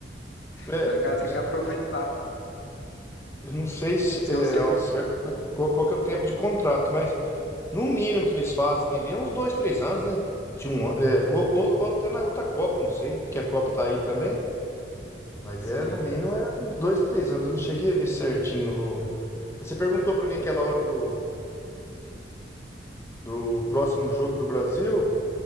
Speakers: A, on the left; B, on the left.
A: É,
B: Então, o cara
A: eu
B: tem
A: não sei,
B: que aproveitar.
A: eu não sei se,
B: Se
A: é,
B: você
A: ao certo, qual, qual que é o tempo de contrato, mas no mínimo que eles fazem ali é uns dois, três anos, né? De um, ano, é, ou,
B: Hum,
A: ou- ou até na outra Copa, não sei, porque a Copa tá aí também. Mas
B: sim,
A: é, no mínimo, é uns dois, três anos. Eu não cheguei a ver certinho. o- Você perguntou pra mim aquela hora do, do próximo jogo do Brasil.